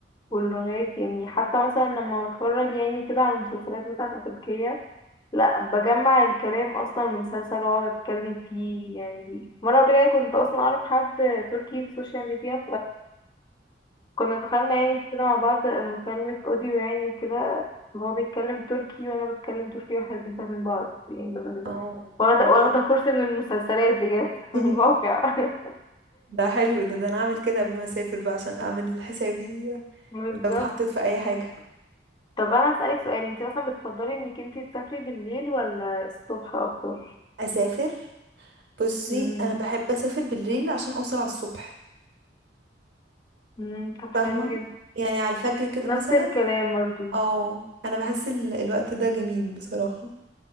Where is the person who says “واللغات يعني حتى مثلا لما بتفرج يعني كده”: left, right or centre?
Left